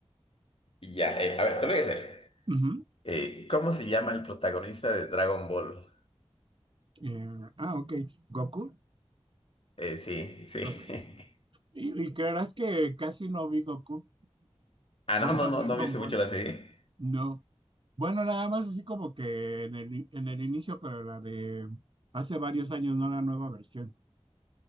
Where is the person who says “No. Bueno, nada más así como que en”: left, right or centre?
Right